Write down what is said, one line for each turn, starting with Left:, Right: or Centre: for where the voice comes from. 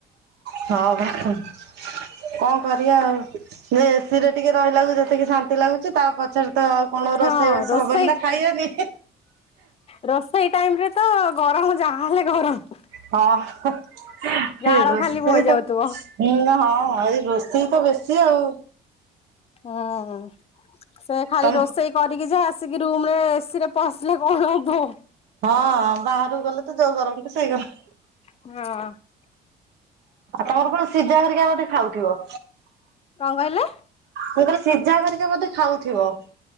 Right: ହଁ ବା କଣ କରିବା ଆଉ ସେ ଏସିରେ ଟିକେ ରହିଲାଳୁକୁ ଯେତିକି ଶାନ୍ତି ଲାଗୁଚି ତା ପଛରେତ କଣ
Left: ହଁ
Right: ରୋଷେଇବାସ
Left: ରୋଷେଇ
Right: ହବନି ନା ଖାଇବାନି
Left: ରୋଷେଇ ଟାଇମରେତ ଗରମ ଯାହାହଲେ ଗରମ
Right: ହଁ ହ ସେ
Left: ଝାଳ
Right: ରୋସେଇଟା।
Left: ଖାଲି ବୋହି ଯାଉଥିବ।
Right: ହୁଁ ହଁ ଏଇ ରୋଷେଇତ ବେଶୀ ଆଉ।
Left: ହୁ ହଁ ସେ ଖାଲି
Right: ତମ
Left: ରୋଷେଇ କରିକି ଯାହା ଆସିକି ରୁମରେ ଏସିରେ ପସିଲେ କଣ ହବ
Right: ହଁ ହଁ ବାହାରକୁ ଗଲେତ ଯୋଉ ଗରମକୁ ସେଇଗରମ।
Left: ହଁ
Right: ତମର କଣ ସିଝା ହେରିକ ବୋଧେ ଖାଉଥିବ।
Left: କଣ କହିଲେ।
Right: ମୁଁ କହିଲି ସିଝା ହେରିକି ବୋଧ୍ୟେ ଖାଉଥିବ।